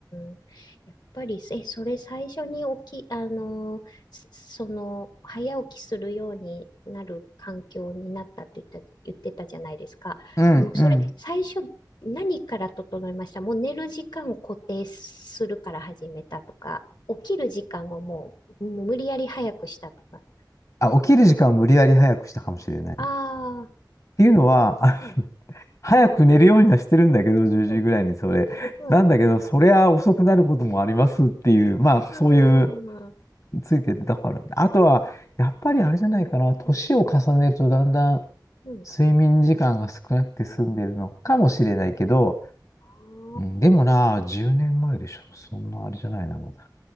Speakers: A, on the left; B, on the left.
A: ん。やっぱり、え、それ最初に起き、あの、すその、早起きするようになる環境になったって言った、言ってたじゃないですか。
B: うん。
A: もうそれ、
B: うん。
A: 最初、何から整いましたもう寝る時間を固定するから始めたとか、起きる時間をもう、もう無理やり早くしたとか。
B: あ、起きる時間を無理やり早くしたかもしれない。
A: ああ、
B: っていうのは、あ
A: うん、
B: 早く寝るようにはしてるんだけど、10時ぐらいにそれ。
A: うん、うん、
B: なんだけど、そりゃ遅くなることもありますっていう、まあ、
A: うん、
B: そういう、
A: うん、
B: ついてたから。あとは、やっぱりあれじゃないかな、年を重ねるとだんだん
A: うん、
B: 睡眠時間が少なくて済んでるのかもしれないけど、
A: うん、あ
B: うん、
A: あ
B: でもな、10年前でしょ。そんなあれじゃないな、まだ。